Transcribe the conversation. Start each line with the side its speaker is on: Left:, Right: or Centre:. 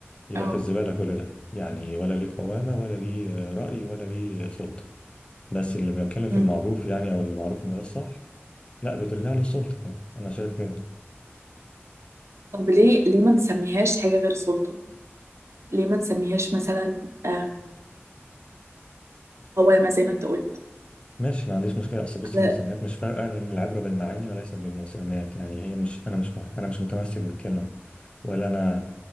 Left: يبقى
Right: أه
Left: في الزباله كل ده يعني ولا ليه قوامه ولا ليه راي ولا ليه سلطه بس اللي بيتكلم في
Right: أمم.
Left: المعروف يعني او اللي معروف ان ده الصح لا بترجع له السلطه يعني انا شايف كده
Right: طب ليه ليه ما نسميهاش حاجة غير سلطة ليه ما نسميهاش مثلا آم، قوامة زي ما انت قلت
Left: ماشي ما عنديش مشكلة أصل بصي
Right: على
Left: المسميات مش فارقة لأن العبرة بالمعاني وليست بالمسميات يعني هي مش أنا مش مه- أنا مش متمسك بالكلمة ولا أنا